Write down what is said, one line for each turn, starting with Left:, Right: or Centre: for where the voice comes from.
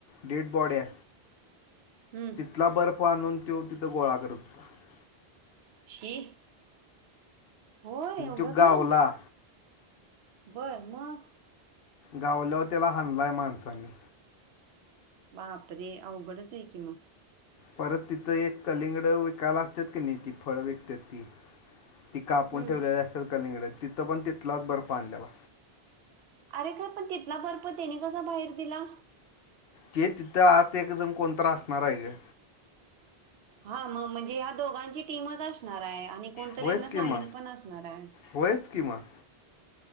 Left: डेड बॉड्या
Right: हम्म
Left: तिथला बर्फ आणून त्यो तिथं गोळा करत होता
Right: हे. होय एवढं
Left: तो गावला
Right: घाण? बर मग?
Left: गावल्यावर त्याला हाणलाय माणसांनी.
Right: बापरे अवघडच आहे की मग.
Left: परत तिथं एक कलिंगडं विकायला असत्यात की नाही ती फळं विकत्यात ती. ती कापून
Right: हम्म
Left: ठेवलेली असतात कलिंगड तिथं पण तिथलाच बर्फ आणलेला.
Right: अरे तो पण तिथला बर्फ त्यानी कसा बाहेर दिला?
Left: ते तिथं आत एक जण कोण तरी असणार आहे ग.
Right: हा म म्हणजे या दोघांची टीमच असणार आहे आणि कोणतरी
Left: होयच
Right: यांना
Left: कि
Right: सामील
Left: म
Right: पण असणार आहे.
Left: होयच की मग.